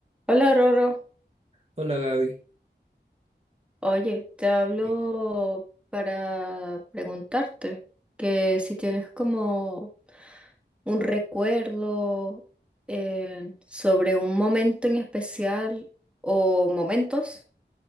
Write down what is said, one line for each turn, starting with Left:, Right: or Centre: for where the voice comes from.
Centre: Hola Roro,
Right: Hola Gaby,
Centre: oye, te hablo
Right: dime.
Centre: para preguntarte que si tienes como un recuerdo eh, sobre un momento en especial o momentos